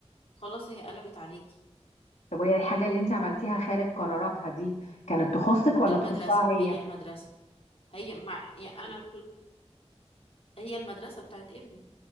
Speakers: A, on the left; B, on the left.
A: خلاص هي قلبت عليكي
B: طب وهي الحاجة اللي انتي عملتيها خارج قراراتها دي كانت تخصك ولا
A: المدرسة
B: تخصها هي
A: هي المدرسة هي مع يعني انا كنت هي المدرسة بتاعت ابني